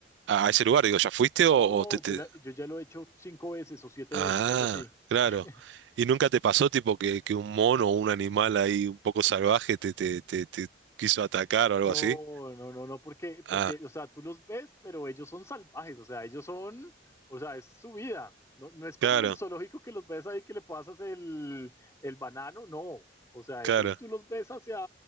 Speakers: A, on the right; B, on the left.
A: A a ese lugar, digo, ¿ya fuiste
B: No,
A: o, o te, te-
B: yo, la- yo ya lo he hecho cinco veces o siete
A: Ah,
B: veces, algo así.
A: claro.
B: <laughs>
A: ¿Y nunca te pasó tipo que, que un mono o un animal ahí un poco salvaje te, te, te, te quiso atacar o algo
B: No,
A: así?
B: no, no, no, porque, porque,
A: Ah,
B: o sea, tú los ves, pero ellos son salvajes, o sea, ellos son, o sea, es su vida. No, no es como
A: claro,
B: en el zoológico que los ves ahí que le pasas el, el banano, no. O sea,
A: claro,
B: ellos tú los ves hacia,